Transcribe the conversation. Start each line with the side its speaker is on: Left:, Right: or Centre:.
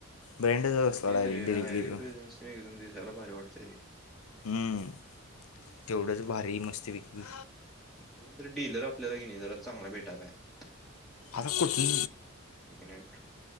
Left: ब्रँडच असला
Centre: त तेच
Left: डायरेक्ट
Centre: रे
Left: डिरेक्टली
Centre: हायवे
Left: तो
Centre: प्रझेन्स एकदम दिसायला भारी वाटत ते.
Left: हम्म तेवढंच भारी मस्ती विकली.
Centre: कोण तर डीलर आपल्याला किनाई जरा चांगला भेटाय पाहिजे.
Left: आता कुठे?
Centre: हँड